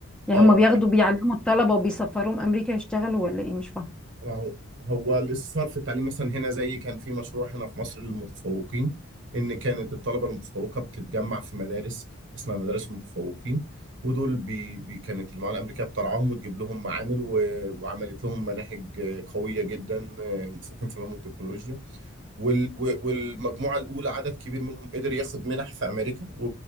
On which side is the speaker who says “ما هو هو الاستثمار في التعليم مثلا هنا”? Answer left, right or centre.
Right